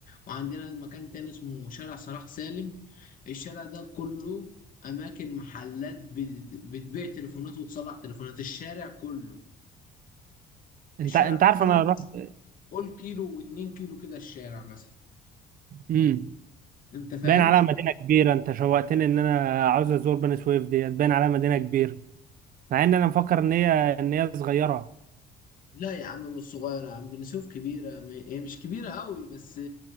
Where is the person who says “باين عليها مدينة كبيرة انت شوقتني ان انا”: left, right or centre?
Right